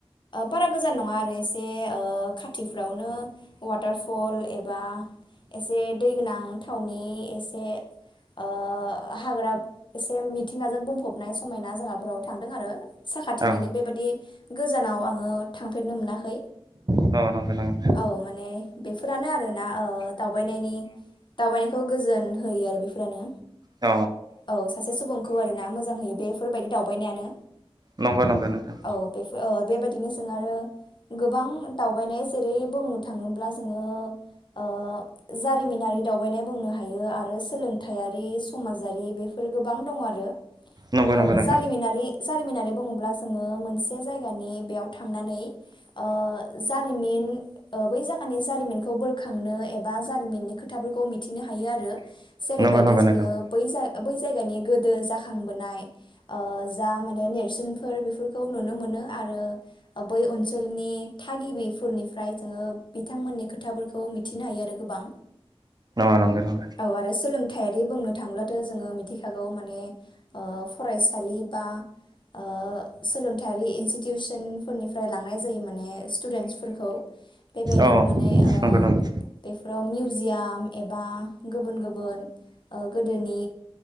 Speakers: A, on the left; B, on the right.
A: बारा गोजान नङा मार एसे खाथिफ्रावनो वाटार फल एबा एसे दै गोनां थावनि एसे ओ हाग्रा एसे मिथिंगाजों बुंफबनाय समायना जोंहाफोराव थांदों आरो। साखाथिनिनो
B: औ
A: बेबायाददि गोजानाव आङो थां फेरनो मोनाखै
B: औ नंगौ नंगौ
A: औ माने बेफोरानो आरोना दावबायनायनि दावबायनायखौ गोजोन होयो आरो बेफोरानो।
B: औ
A: औ सासे सुबुंखौ आरोना मोजां होयो। बेफोरबायदि दावबायनायानो।
B: नंगौ नंगौ नोंथां
A: औ बेफोर ओ बेबायदिनो जों आरो गोबां दावबायनाय जेरै बुंनो थाङोब्ला जोङो ओ जारिमिनारि दावबायनाय बुंनो हायो आरो सोलोंथायारि समाजारि बेफोर बेफोर गोबां दं आरो। आरो
B: नंगौ नंगौ
A: ओ
B: नोंथां
A: जारिमिनारि जारिमिनारि बुङोब्ला जोङो मोनसे जायगानि बेयाव थांनानै ओ जारिमिन बै जागानि जारिमिनखौ बोखांनो एबा जारिमिननि खोथाफोरखौ मि थिनो हायो आरो जेरैबायदि
B: नंगौ नंगौ
A: जोङो
B: नोंथां
A: बै जाय बै जायगानि गोदो जाखांबोनाय ओ जा माने नेरसोनफोर बेफोरखौ नुनो मोनो आरो ओ बै ओनसोलनि थागिबिफोरनिफ्राय थाखाय जोङो बिथांमोननि खोथाफोरखौ मिथिनो हायो आरो गोबां
B: औ नंगौ नंगौ
A: औ आरो सोलोंथायारि बुंनो थांब्ला जोङो मिथिखागौ माने फरायसालि बा ओ सोलोंथायारि इन्सि टिउसन फोरनिफ्राय मोननाय जायो माने स्टुदेन्सफोरखौ बेबायदिनो
B: औ
A: माने ओ
B: नंगौ नंगौ नंगौ
A: बेफोराव मिउजिआम एबा गुबुन गुबुन ओ गोदोनि